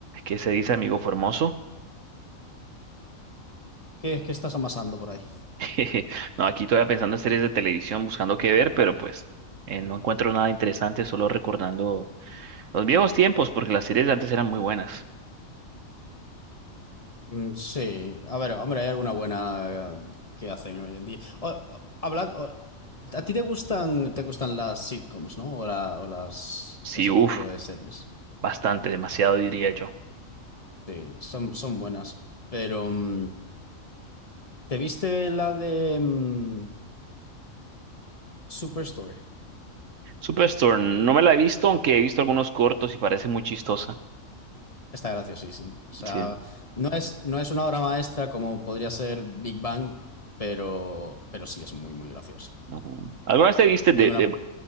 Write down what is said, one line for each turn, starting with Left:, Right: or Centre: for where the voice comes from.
Right: ¿Qué se dice, amigo Formoso?
Left: ¿Qué, qué estás amasando por ahí?
Right: <laughs> No, aquí todavía pensando en series de televisión, buscando qué ver, pero pues eh, no encuentro nada interesante, solo recordando los viejos tiempos, porque las series de antes eran muy buenas.
Left: Mm, sí, a ver, hombre, hay alguna buena eh, que hacen hoy en día. O- o- hablad- o- ¿a ti te gustan, te gustan las sitcoms, ¿no? O, la- o las,
Right: Sí,
Left: ese
Right: uff,
Left: tipo de series.
Right: bastante, demasiado diría yo.
Left: Sí, son, son buenas. Pero, mm, ¿te viste la de mm, Superstore?
Right: Superstore, no me la he visto, aunque he visto algunos cortos y parece muy chistosa.
Left: Está graciosísima. O sea,
Right: Sí.
Left: no es, no es una obra maestra como podría ser Big Bang, pero, pero sí es muy, muy graciosa.
Right: ajá. ¿Alguna vez te viste
Left: Yo
Right: de,
Left: me
Right: de-
Left: la...